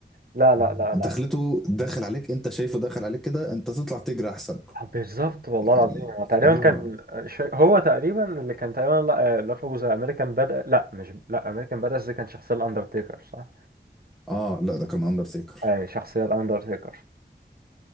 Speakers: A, on the right (about 55°); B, in the centre.
A: لا
B: اه
A: لا لا
B: دخلته
A: لا
B: داخل عليك انت شايفه داخل عليك كده انت تطلع تجري احسن
A: آه، بالظبط والله
B: يعني
A: العظيم هو تقريبا
B: اه
A: كان شا- هو تقريبا اللي كان تقريبا لا آه، لقبه زي أمريكان بدأ لا مش لا أمريكان بدأ دي كان شخصية الأندرتيكر صح؟
B: اه لا ده كان اندرتيكر
A: أي شخصية الأندرتيكر